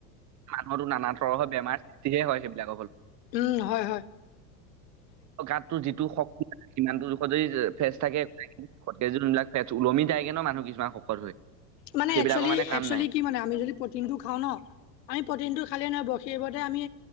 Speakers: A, on the right; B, on the left.
A: মানুহৰো নানা ধৰৰ বেমাৰ সৃষ্টিহে হয়, সেইবিলাকৰ হল।
B: উম, হয় হয়।
A: গাতটো যিটো শক্তি সিমান টো ফেচ থাকেেই যবিলাক ফেচ ওলমি যায়গে ন মানুহ কিছুমান শকত হৈ
B: মানে
A: সেইবিলাকৰ
B: একেল
A: মানে কাম
B: একচেল
A: নাই।
B: কি মানে আমি যদি প্ৰটিনটো খাওঁ নি প্ৰটিন টো খালেই নহব সেইবতে আমি